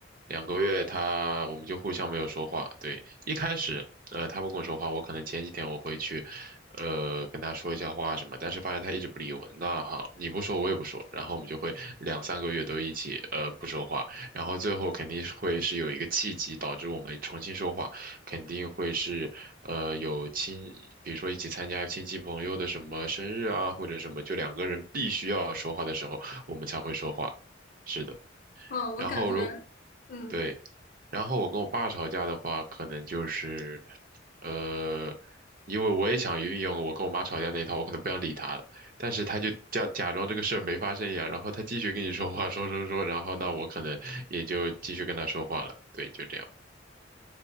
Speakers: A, on the right; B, on the left.
A: 两个月她我们就互相没有说话，对，一开始呃她不跟我说话，我可能前几天我会去，呃跟她说一下话什么，但是发现她一直不理我，那好，你不说我也不说，然后我们就会两三个月都一起呃不说话。然后最后肯定是会是有一个契机导致我们重新说话，肯定会是呃有亲，比如说一起参加亲戚朋友的什么生日啊，或者什么，就两个人必须要说话的时候，我们才会说话。是的，
B: 嗯，我感觉，
A: 然后如
B: 嗯。
A: 对，然后我跟我爸吵架的话，可能就是，呃，因为我也想运用我跟我妈吵架那一套，我可能不想理他了，但是他就叫假装这个事儿没发生一样，然后他继续跟你说话，说说说，然后那我可能也就继续跟他说话了，对，就这样。